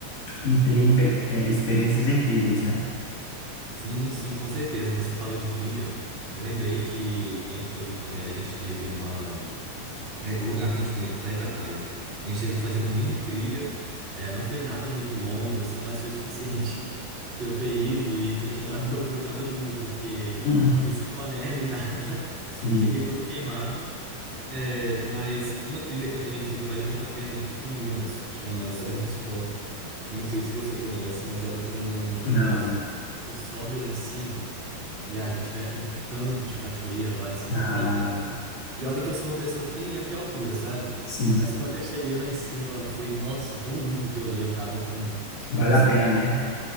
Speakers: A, on the left; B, on the right.
A: e ter impe- é, experiências incríveis, né?
B: sim, sim, com certeza. Você falou de trilha. Eu lembrei que aí em Floripa, né, a gente teve uma. é, o lugar que a gente foi pra ir pra praia. A gente teve que fazer uma mini trilha. É, não foi nada muito longo, assim, mas foi o suficiente <laughs> pra eu ter ido e ter queimado meu couro cabeludo, porque
A: Hum,
B: eu fui sem boné nem nada. <laughs>
A: Sim,
B: Cheguei todo queimado. É, mas uma trilha que eu também fui que vale muito a pena, fica em Minas, chama Serra do Cipó. Eu Não sei se você conhece, mas ela também é uma que,
A: não.
B: nossa, que sobe lá em cima e a gente vê aquele tanto de cachoeira lá de cima.
A: Ah,
B: Nossa, e olha que eu sou uma pessoa que tem medo de altura, sabe?
A: sim,
B: Mas quando eu cheguei lá em cima, foi, nossa, tão lindo que eu olhei. Eu tava com,
A: vale
B: assim,
A: a pena,
B: foi,
A: né?